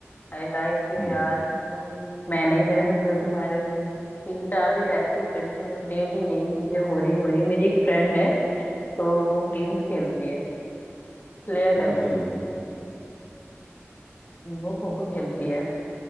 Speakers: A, on the left; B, on the right.
A: आई लाइक यू
B: हम्म
A: यार तुम मैं नहीं रह सकता तुम्हारे बिन तीन चार दिन ऐसे ही कंटिन्यू डेली यही चीजें हो रही हो रही मेरी एक फ्रेंड है तो वो गेम्स खेलती है प्लेयर
B: कौन
A: है वो
B: सा गेम खेलती है
A: वो खो खो खेलती है